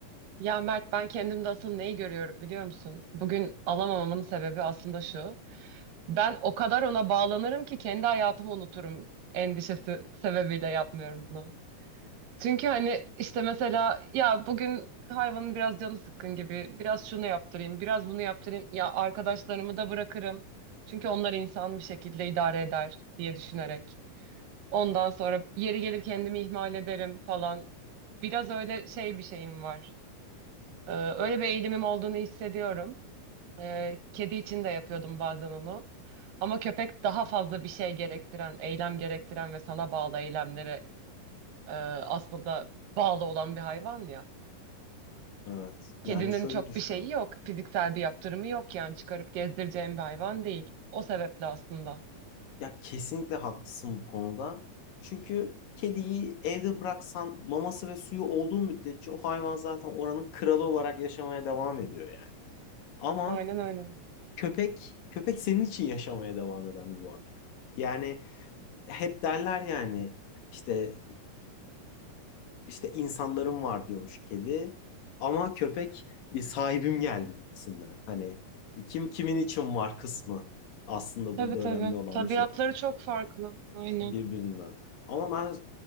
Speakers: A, on the right (about 80°); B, on the left (about 80°).
A: Ya Mert ben kendimde asıl neyi görüyorum biliyor musun? Bugün alamamamın sebebi aslında şu. Ben o kadar ona bağlanırım ki kendi hayatımı unuturum endişesi sebebiyle yapmıyorum bunu. Çünkü hani işte mesela ya bugün hayvanın biraz canı sıkkın gibi biraz şunu yaptırayım biraz bunu yaptırayım ya arkadaşlarımı da bırakırım. Çünkü onlar insan bir şekilde idare eder diye düşünerek. Ondan sonra yeri gelir kendimi ihmal ederim falan. Biraz öyle şey bir şeyim var. Ee, öyle bir eğilimim olduğunu hissediyorum. Ee, kedi için de yapıyordum bazen onu. Ama köpek daha fazla bir şey gerektiren, eylem gerektiren ve sana bağlı eylemlere e, aslında bağlı olan bir hayvan ya.
B: Evet.
A: Kedinin
B: Yani şöyle
A: çok
B: düşün.
A: bir şeyi yok. Fiziksel bir yaptırımı yok yani çıkarıp gezdireceğim bir hayvan değil. O sebeple aslında.
B: Ya kesinlikle haklısın bu konuda. Çünkü kediyi evde bıraksan maması ve suyu olduğu müddetçe o hayvan zaten oranın kralı olarak yaşamaya devam ediyor yani. Ama
A: Aynen öyle.
B: köpek, köpek senin için yaşamaya devam eden bir varlık. Yani hep derler yani işte İşte insanlarım var diyormuş kedi. Ama köpek e, sahibim geldi gibisinden. Hani kim kimin için var kısmı aslında
A: Tabii
B: burada
A: tabii.
B: önemli olan
A: Tabiatları
B: bir şey
A: çok farklı. Aynen.
B: birbirinden. Ama ben